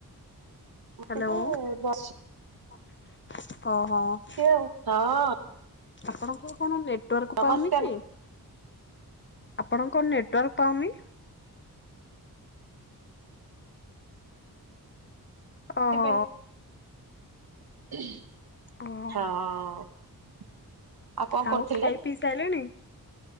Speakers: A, on the left (about 30°); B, on the right (about 70°).
A: ହାଲୋ
B: ଟିକେ ବସିଛି
A: <inaudible>
B: <inaudible>
A: ଆପଣଙ୍କର କ'ଣ ନେଟୱାର୍କ
B: ନମସ୍କାର
A: ପାଉନି କି? ଆପଣ ଙ୍କ ନେଟୱାର୍କ ପାଉନି।
B: <inaudible>
A: ଓହୋ ଓହୋ।
B: କଣ
A: ଆଉ
B: କରୁଥିଲେ?
A: ଖାଇ ପିଇ ସାରିଲଣି?